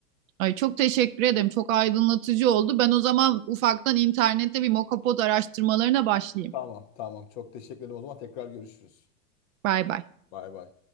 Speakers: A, on the right (about 60°); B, on the left (about 30°).
A: Ay çok teşekkür ederim. Çok aydınlatıcı oldu. Ben o zaman ufaktan internette bir mokapod araştırmalarına başlayayım.
B: Tamam, tamam. Çok teşekkür ederim. O zaman tekrar görüşürüz.
A: Bay bay.
B: Bay bay.